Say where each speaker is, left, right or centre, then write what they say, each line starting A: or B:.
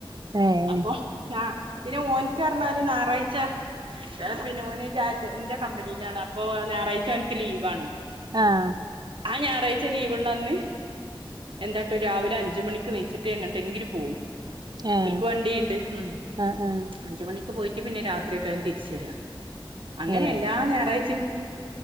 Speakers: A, on the right; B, on the right.
A: ഏഹ്
B: അപ്പൊ ആഹ് പിന്നെ ഓൻക്ക് പറഞ്ഞാല് ഞായറാഴ്ച ഷ പിന്നെ ഓന്ന് റ്റാറ്റ ന്റെ കമ്പനിയിലാണ് അപ്പൊ ഞായറാഴ്ച അവനിക്ക് ലീവാണ്
A: അ ആഹ്
B: അ ഞാറാഴ്ച്ച ലീവ്ള്ളന്ന് എന്താട്ടും രാവിലെ അ ഞ്ച് മണിക്ക് നീച്ച്ട്ട് എങ്ങട്ടെങ്കിലും പോവും
A: ഏഹ്
B: ഓല്ക്ക് വണ്ടി ഇണ്ട് ഉം
A: ആഹ് ആഹ്
B: അഞ്ച് മണിക്ക് പോയി റ്റ് പിന്നെ രാത്രിയൊക്കെവും തിരിച്ചര അങ്ങനെ
A: ഏഹ്
B: എല്ലാ ഞായറാഴ്‌ചയും